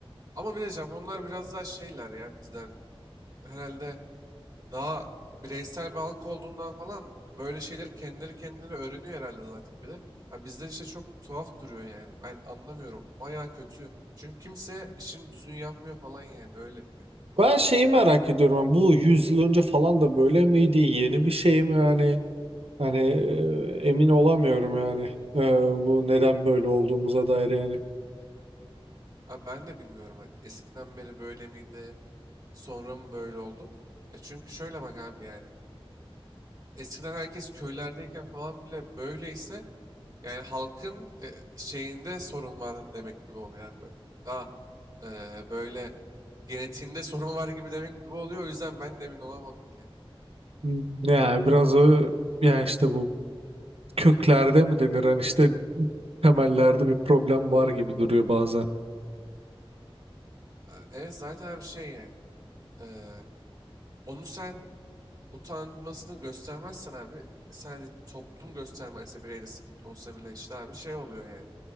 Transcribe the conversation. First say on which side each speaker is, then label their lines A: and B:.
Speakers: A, on the right; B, on the right.
A: Ama bir de Japonlar biraz daha şeyler ya bizden. Herhalde daha bireysel bir halk olduğundan falan böyle şeyleri kendileri kendine öğreniyor herhalde zaten bir de. Ha bizden işte çok tuhaf duruyor yani. Ben anlamıyorum. Bayağı kötü. Çünkü kimse işini düzgün yapmıyor falan yani. Öyle bir kötülük var.
B: Ben şeyi merak ediyorum. yani bu 100 yıl önce falan da böyle miydi? Yeni bir şey mi yani? Hani e, emin olamıyorum yani. E, bu neden böyle olduğumuza dair yani.
A: Ha ben de bilmiyorum. ha, Eskiden beri böyle miydi? Sonra mı böyle oldu? E çünkü şöyle bak abi yani. Eskiden herkes köylerdeyken falan bile böyleyse Yani halkın e, şeyinde sorun var demek gibi oluyor yani böyle. Daha e, böyle genetiğinde <laughs> sorun var gibi demek gibi oluyor. O yüzden ben de emin olamadım yani.
B: Hmm, Yani biraz o yani işte bu köklerde mi denir hani işte temellerde bir problem var gibi duruyor bazen.
A: E, Evet zaten abi şey yani. e, onu sen utanmasını göstermezsen abi sadece toplum göstermezse bireyde sıkıntı olsa bile işte abi şey oluyor yani.